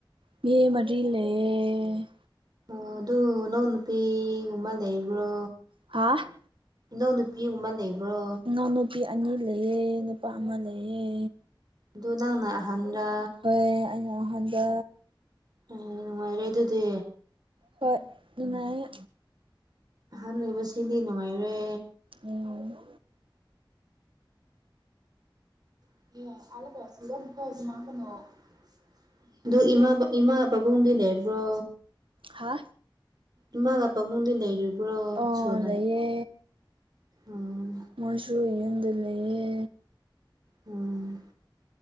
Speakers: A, on the right; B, on the right.
A: ꯃꯤ ꯃꯥꯔꯤ ꯂꯩꯌꯦ
B: ꯑꯣ ꯑꯗꯨ ꯅꯥꯎ ꯅꯨꯄꯤ ꯒꯨꯕ ꯂꯩꯕ꯭ꯔꯣ
A: ꯍꯥꯥ
B: ꯏꯅꯥꯎ ꯅꯨꯄꯤꯒꯨꯝꯕ ꯂꯩꯕ꯭ꯔꯣ?
A: ꯏꯅꯥꯎ ꯅꯨꯄꯤ ꯑꯅꯤ ꯂꯩꯌꯦ ꯅꯨꯄꯥ ꯑꯃ ꯂꯩꯌꯦ꯫
B: ꯑꯗꯨ ꯅꯪꯅ ꯑꯍꯟꯔꯥ?
A: ꯍꯣꯏ ꯑꯩꯅ ꯑꯍꯥꯟꯕ
B: ꯑ ꯅꯨꯡꯉꯥꯏꯔꯦ ꯑꯗꯨꯗꯤ
A: ꯍꯣꯏ ꯅꯨꯡꯉꯥꯏꯌꯦ
B: ꯑꯍꯟ ꯑꯣꯏꯕꯁꯤꯗꯤ ꯅꯨꯡꯉꯥꯏꯔꯦ꯫
A: ꯎꯝ
B: <unintelligible> ꯑꯗꯨ ꯏꯃꯥ ꯏꯃꯥ ꯄꯥꯕꯨꯡꯗꯤ ꯂꯩꯕ꯭ꯔꯣ?
A: ꯍꯥ
B: ꯏꯃꯥꯒ ꯄꯕꯨꯡꯗꯤ ꯂꯩꯔꯤꯕ꯭ꯔꯣ
A: ꯑꯣ
B: ꯁꯨꯅ?
A: ꯂꯩꯌꯦ
B: ꯎꯝ
A: ꯃꯣꯏꯁꯨ ꯌꯨꯝꯗ ꯂꯩꯌꯦ꯫
B: ꯎꯝ